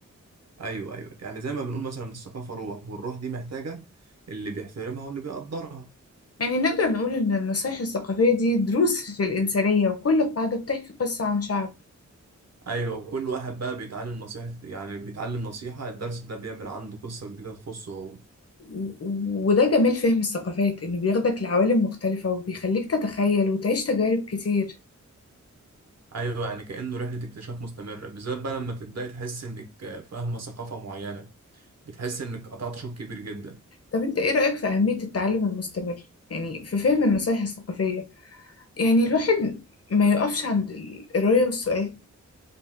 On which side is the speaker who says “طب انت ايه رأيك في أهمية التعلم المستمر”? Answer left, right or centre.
Left